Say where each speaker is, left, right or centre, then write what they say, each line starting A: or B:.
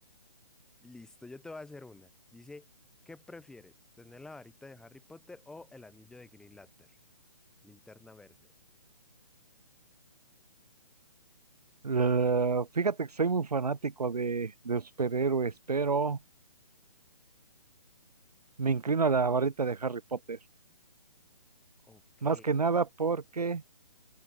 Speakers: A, in the centre; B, on the right.
A: Listo, yo te voy a hacer una. Dice, ¿qué prefieres? ¿Tener la varita de Harry Potter o el anillo de Green Lantern? Linterna verde.
B: La- fíjate que soy muy fanático de, de superhéroes, pero me inclino a la barrita de Harry Potter.
A: Ok.
B: Más que nada porque